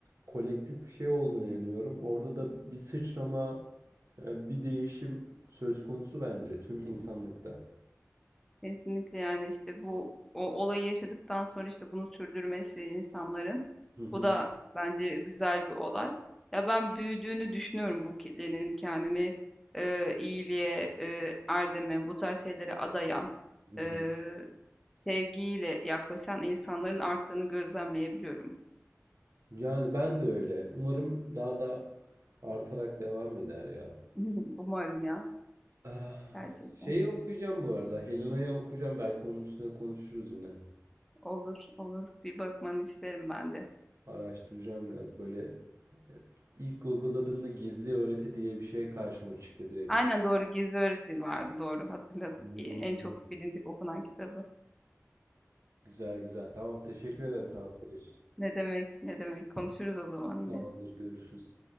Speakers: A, on the right; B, in the centre.
A: kolektif bir şey olduğunu inanıyorum. Orada da bir sıçrama, e, bir değişim söz konusu bence tüm insanlıkta.
B: Kesinlikle, yani, işte, bu o olayı yaşadıktan sonra, işte, bunu sürdürmesi insanların,
A: Hı hı,
B: bu da bence güzel bir olay. Ya, ben büyüdüğünü düşünüyorum bu kitlenin kendini, eee, iyiliğe, eee, erdeme, bu tarz şeylere adayan,
A: hı
B: eee,
A: hı.
B: sevgiyle yaklaşan insanların arttığını gözlemleyebiliyorum.
A: Yani ben de öyle. Umarım daha da artarak devam eder ya.
B: <laughs> Umarım ya,
A: Ah,
B: gerçekten.
A: Şeyi okuyacağım bu arada. Helena'yı okuyacağım. Belki onun üstüne konuşuruz yine.
B: Olur, olur. Bir bakmanı isterim ben de.
A: Araştıracağım biraz. Böyle ilk Google'ladığımda gizli öğreti diye bir şey karşıma çıktı direkt.
B: Aynen, doğru. Gizli Öğreti vardı, doğru hatırladım.
A: Hmm.
B: en çok bilindik okunan kitabı.
A: Güzel güzel. Tamam teşekkür ederim tavsiye için.
B: Ne demek, ne demek. Konuşuruz o zaman yine.
A: Tamamdır görüşürüz.